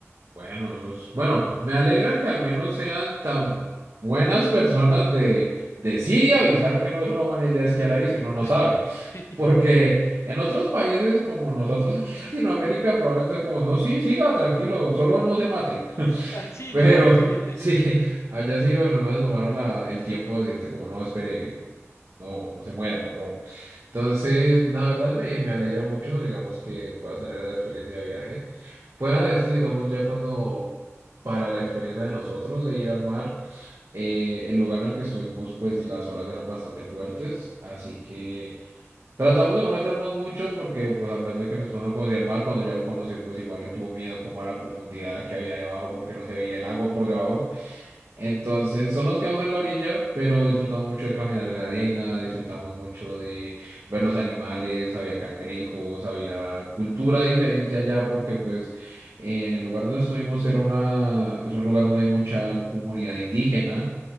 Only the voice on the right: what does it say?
Bueno, eso es- bueno, me alegra que al menos sean tan buenas personas de decir y avisar que no es una buena idea esquiar ahí si uno no
sabe.
Porque en otros países como nosotros aquí en Latinoamérica probablemente es como, no, sí, siga tranquilo, solo no se mate.
Pero
<laughs>
sí, allá sí, bueno, al menos tomaron la- el tiempo de decirte como, no, espere, no, no se muera, por favor. Entonces, la verdad me, me alegra mucho, digamos, que puedas tener esa experiencia de viaje. Fuera de esto, digamos, ya cuando para la experiencia de nosotros de ir al mar, eh, el lugar en el que estuvimos, pues las olas eran bastante fuertes, así que... Tratamos de no meternos mucho porque, pues, a pesar de que mi esposa no conocía el mar, cuando ya lo conoció, pues igual le tuvo miedo como a la profundidad que había debajo porque no se veía el agua por debajo. Entonces, solo nos quedamos en la orilla, pero disfrutamos mucho de caminar en la arena, disfrutamos mucho de ver los animales, había cangrejos, había cultura diferente allá porque, pues, en el lugar donde estuvimos era una, es un lugar donde hay mucha comunidad indígena